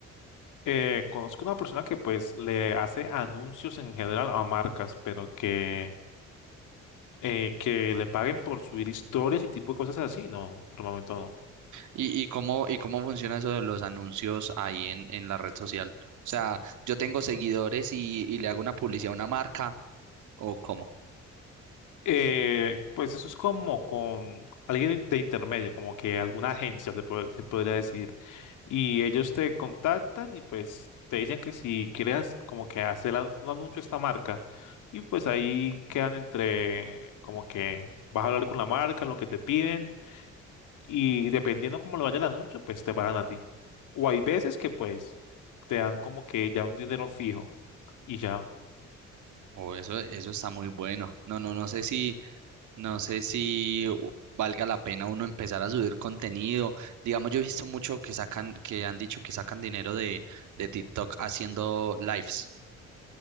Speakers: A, on the left; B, on the right.
A: Eh, conozco una persona que pues le hace anuncios en general a marcas, pero que, eh, que le paguen por subir historias y tipo de cosas así, no, por el momento no.
B: ¿Y, y cómo, y cómo funciona eso de los anuncios ahí en, en la red social? O sea, yo tengo seguidores y, y le hago una publicidad a una marca, ¿o cómo?
A: Eh, pues eso es como con alguien de intermedio, como que alguna agencia se, po- se podría decir. Y ellos te contactan y pues te dicen que si quieres como que hacer a- un anuncio a esta marca. Y pues ahí quedan entre como que vas a hablar con la marca, lo que te piden. Y dependiendo cómo le vaya el anuncio, pues te pagan a ti. O hay veces que pues te dan como que ya un dinero fijo y ya.
B: O eso, eso está muy bueno. No, no, no sé si No sé si u- valga la pena uno empezar a subir contenido. Digamos, yo he visto mucho que sacan, que han dicho que sacan dinero de, de TikTok haciendo lives.